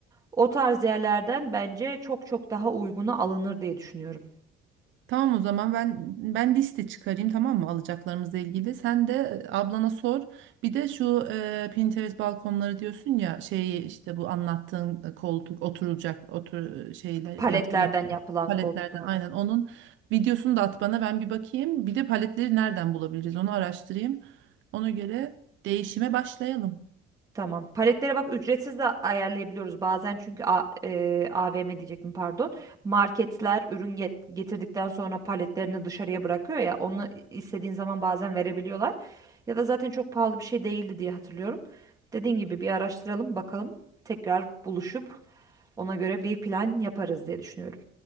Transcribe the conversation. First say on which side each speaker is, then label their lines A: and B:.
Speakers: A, on the right; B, on the right.
A: O tarz yerlerden bence çok çok daha uyguna alınır diye düşünüyorum.
B: Tamam o zaman ben ben liste çıkarayım tamam mı alacaklarımızla ilgili. Sen de e, ablana sor. Bir de şu e, Pinterest balkonları diyorsun ya şeyi işte bu anlattığın e, koltuk oturulacak otur e, şeyler
A: Paletlerden
B: yap yap
A: yapılan
B: paletlerden
A: koltuklardan.
B: aynen onun videosunu da at bana ben bir bakayım. Bir de paletleri nereden bulabiliriz onu araştırayım. Ona göre değişime başlayalım.
A: Tamam. Paletlere bak ücretsiz de ayarlayabiliyoruz bazen çünkü A- e, AVM diyecektim pardon. Marketler ürün get- getirdikten sonra paletlerini dışarıya bırakıyor ya onu istediğin zaman bazen verebiliyorlar. Ya da zaten çok pahalı bir şey değildi diye hatırlıyorum. Dediğin gibi bir araştıralım bakalım. Tekrar buluşup ona göre bir plan yaparız diye düşünüyorum.